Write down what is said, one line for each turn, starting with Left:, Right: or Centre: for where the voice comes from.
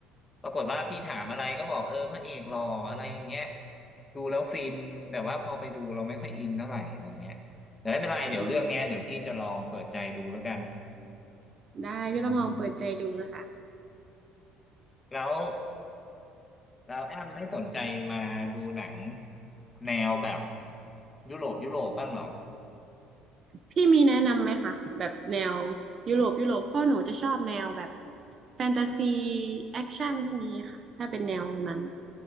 Left: ปรากฏว่าพี่ถามอะไรก็บอกเออพระเอกหล่ออะไรอย่างเงี้ยดูแล้วฟินแต่ว่าพอไปดูเราไม่ค่อยอินเท่าไหร่อะไรเงี้ยแต่ไม่เป็นไรเดี๋ยวเรื่องเนี้ยเดี๋ยวพี่จะลองเปิดใจดูแล้วกัน
Right: อ๋อได้พี่ต้องลองเปิดใจดูนะคะ
Left: อืมแล้วแล้วแอมไม่สนใจมาดูหนังแนวแบบยุโรปยุโรปบ้างเหรอ
Right: พี่มีแนะนำไหมคะแบบแนวยุโรปยุโรปเพ่อหนูจะชอบแนวแบบแฟนตาซีแอคชั่นพวกนี้ค่ะถ้าเป็นแนวนั้น